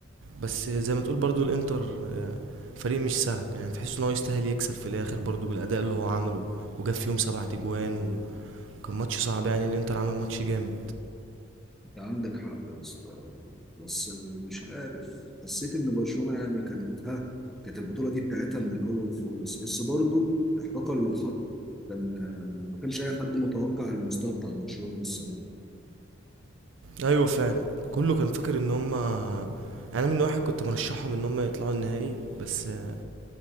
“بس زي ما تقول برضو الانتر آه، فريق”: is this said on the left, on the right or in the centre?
Right